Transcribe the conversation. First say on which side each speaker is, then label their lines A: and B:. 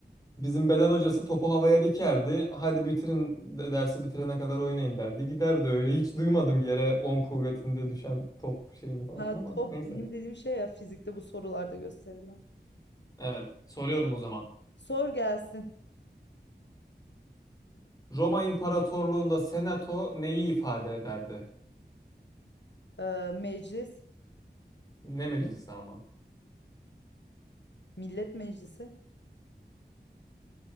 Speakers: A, on the left; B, on the left.
A: Bizim beden hocası topu havaya dikerdi. Hadi bitirin de dersi bitirene kadar oynayın derdi. Giderdi öyle. Hiç duymadım yere 10 kuvvetinde düşen top şeyini falan
B: Ha
A: ama
B: top
A: neyse.
B: benim dediğim şey ya fizikte bu sorularda gösterilen.
A: Evet. Soruyorum o zaman.
B: Sor gelsin
A: Roma İmparatorluğu'nda senato neyi ifade ederdi?
B: e, meclis.
A: Ne meclisi ama?
B: Millet Meclisi.